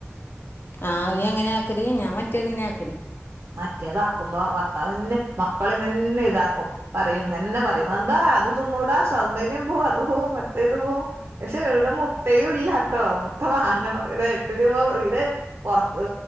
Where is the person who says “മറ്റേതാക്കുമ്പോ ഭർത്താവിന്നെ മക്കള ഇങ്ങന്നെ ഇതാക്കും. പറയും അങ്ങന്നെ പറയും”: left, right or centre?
Right